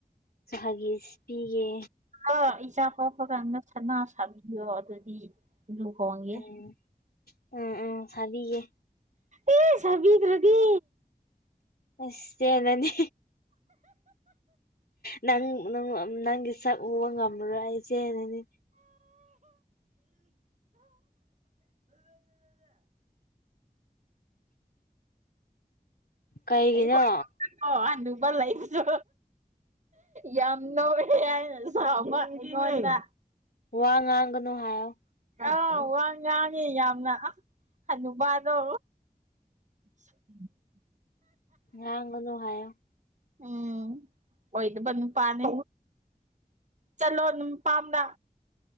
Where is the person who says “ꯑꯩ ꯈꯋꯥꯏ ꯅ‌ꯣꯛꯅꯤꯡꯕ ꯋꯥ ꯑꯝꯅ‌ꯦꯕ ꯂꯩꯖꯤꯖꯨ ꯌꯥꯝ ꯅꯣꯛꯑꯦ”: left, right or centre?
Right